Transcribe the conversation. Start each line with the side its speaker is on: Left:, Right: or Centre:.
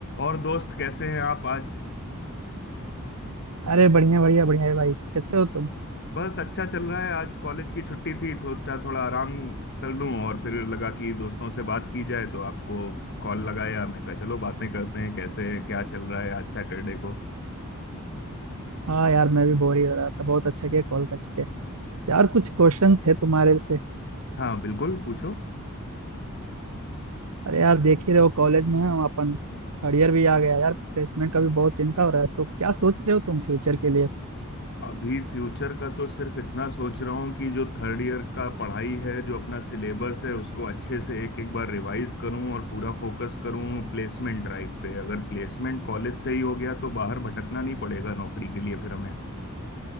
Left: और दोस्त कैसे हैं आप आज
Right: अरे बढ़िया बढ़िया बढ़िया है भाई कैसे हो तुम
Left: बस अच्छा चल रहा है आज कॉलेज की छुट्टी थी तो सोचा थोड़ा आराम कर लूं और फिर लगा कि दोस्तों से बात की जाए तो आपको कॉल लगाया मैं कहा चलो बातें करते हैं कैसे क्या चल रहा है आज सैटरडे को
Right: हाँ यार मैं भी बोर ही हो रहा था बहुत अच्छा किया कॉल करके यार कुछ क्वेश्चन थे तुम्हारे से
Left: हाँ बिल्कुल पूछो
Right: अरे यार देख ही रहे हो कॉलेज में है हम, अपन थर्ड ईयर भी आ गया यार प्लेसमेंट का भी बहुत चिंता हो रहा है तो क्या सोच रहे हो तुम फ्यूचर के लिए
Left: अभी फ्यूचर का तो सिर्फ इतना सोच रहा हूँ कि जो थर्ड ईयर का पढ़ाई है जो अपना सिलेबस है उसको अच्छे से एक एक बार रिवाइज करूँ और पूरा फोकस करूँ प्लेसमेंट ड्राइव पे अगर प्लेसमेंट कॉलेज से ही हो गया तो बाहर भटकना नहीं पड़ेगा नौकरी के लिए फिर हमें